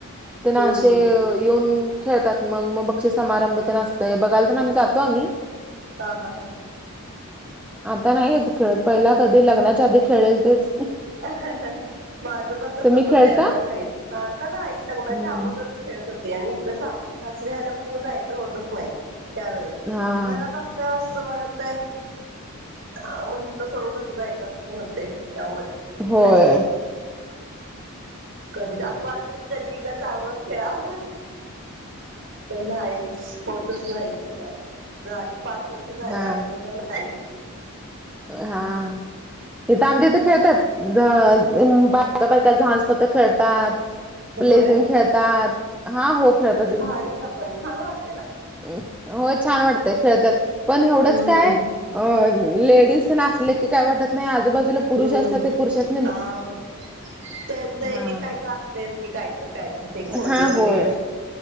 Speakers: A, in the centre; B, on the right.
A: त्यांना
B: हम्म
A: असे येऊन खेळतात मग मग बक्षी समारंभ त्यांना असतय बघायला तर आम्ही जातो आम्ही. <inaudible>
B: हा हा हा.
A: आता नाही खेळत पहिला कधी लग्नाच्या आधी खेळेल तेच.
B: ह हा ह माझं पण तसच
A: तुम्ही
B: होत
A: खेळता
B: आता नाही आता नाही लग्नाच्या
A: हम्म
B: अगोदर खेळत होते आणि इकडे सासरील्यापास जायच होतच नाही त्या वेत
A: हा
B: घरात अस वात म्हहितलं सोडून कस जायचं पण होते त्यामुळे
A: होय
B: नाहीच कधी असं वाटतं की कधी एकदा जावं खेळावं प नाही होतच नाही ते का राले पा वर्ष झाले
A: हा
B: अजून तर नाही
A: हा इथ आमच्याथ खेळतात बायका बायका झांजपत खेळतात प्लेझेम
B: होय
A: खेळतात हा हो खेळत
B: भारी ना पण छान वाटत
A: हो छान वाटतय खेळतात पण एवढंच
B: हम्म
A: काय अ लेडीज नासले की काय वाटत नाही आजूबाजूला पुरुष
B: हम्म
A: असतात ते पुरुष अस
B: हा मग त्यांचं एक
A: हा
B: एक काय तर असत की कायत कायचं ते खोडी
A: हा
B: वगैरे
A: होय